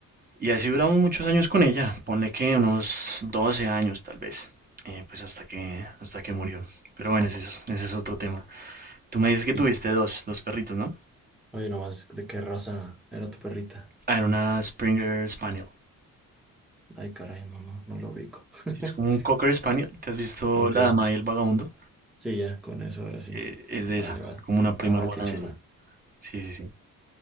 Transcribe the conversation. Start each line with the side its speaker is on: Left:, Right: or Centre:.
Right: Y así duramos muchos años con ella, ponle que unos 12 años tal vez, eh, pues hasta que, hasta que murió. Pero bueno, ese es, ese es otro tema. Tú me dices que
Centre: Y,
Right: tuviste dos, dos perritos, ¿no?
Centre: oye, nomás, ¿de qué raza era tu perrita?
Right: Ah, era una Springer Spaniel.
Centre: Ay, caray, no, no, no lo ubico. <laughs>
Right: Sí, es como un Cocker Spaniel. ¿Te has visto
Centre: Ok,
Right: La Dama y el Vagabundo?
Centre: sí, ya, con eso ahora sí.
Right: Eh, es
Centre: Vale,
Right: de esa,
Centre: vale.
Right: como una prima
Centre: Ah,
Right: hermana
Centre: qué chula.
Right: de esa. Sí, sí, sí.